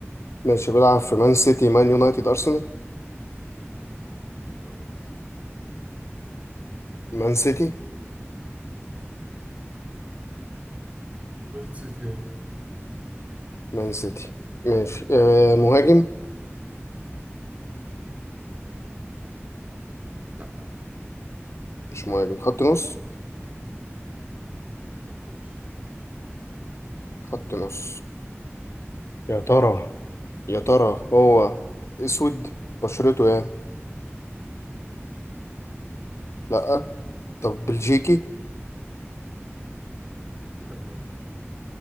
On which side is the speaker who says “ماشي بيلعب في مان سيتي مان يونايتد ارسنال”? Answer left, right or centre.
Left